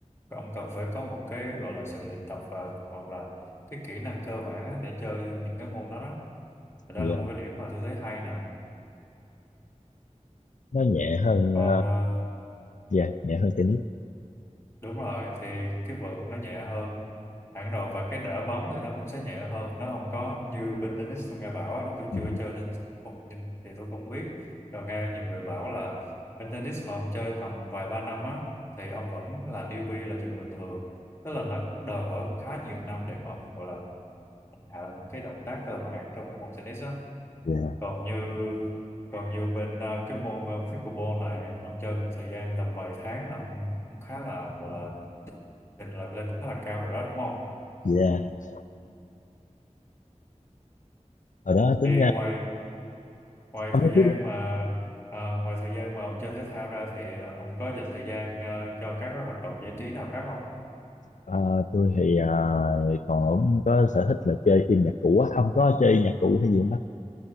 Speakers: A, on the left (about 20°); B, on the left (about 80°).
A: ông cần phải có một cái gọi là sự luyện tập và hoặc là cái kỹ năng cơ bản á, để chơi những cái môn đó đó thì đó
B: dạ
A: là một cái điểm mà tôi thấy hay nè
B: nó nhẹ hơn
A: còn
B: ờ,
A: ờ,
B: dạ nhẹ hơn tennis
A: đúng rồi thì cái vợt nó nhẹ hơn hẳn rồi và cái đỡ bóng thì nó cũng sẽ nhẹ hơn nó không có như bên tennis tôi nghe bảo á,
B: <laughs>
A: tôi
B: Ừ,
A: chưa chơi nên không nhìn thì tôi không biết rồi nghe nhiều người bảo là bên tennis mà ông chơi tầm vài ba năm á thì ông vẫn là newbie là chuyện bình thường tức là nó đòi hỏi khá nhiều năm để mà ông gọi là thành thạo những cái động tác cơ bản trong cái môn tennis á
B: dạ
A: còn như còn như bên ờ, cái môn ờ, pickleball này ông chơi một thời gian tầm vài tháng là ông cũng khá là gọi là trình là lên cũng khá là cao rồi đó đúng không
B: dạ ở đó tính
A: thì
B: ra
A: ngoài ngoài
B: ông
A: thời
B: có
A: gian
B: thích không?
A: mà à, ngoài thời gian mà ông chơi thể thao ra thì ông có dành thời gian à, cho các cái hoạt động giải trí nào khác không
B: Ờ, tôi thì ờ, còn có sở thích là chơi phim nhạc cụ á ông có chơi nhạc cụ hay gì không bác